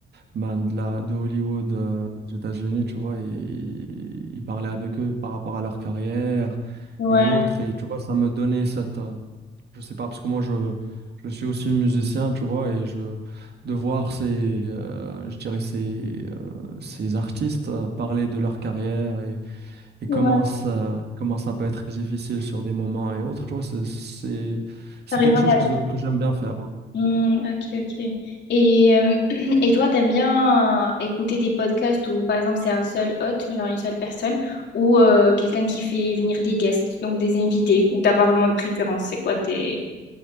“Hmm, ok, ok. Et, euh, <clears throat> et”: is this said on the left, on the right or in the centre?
Left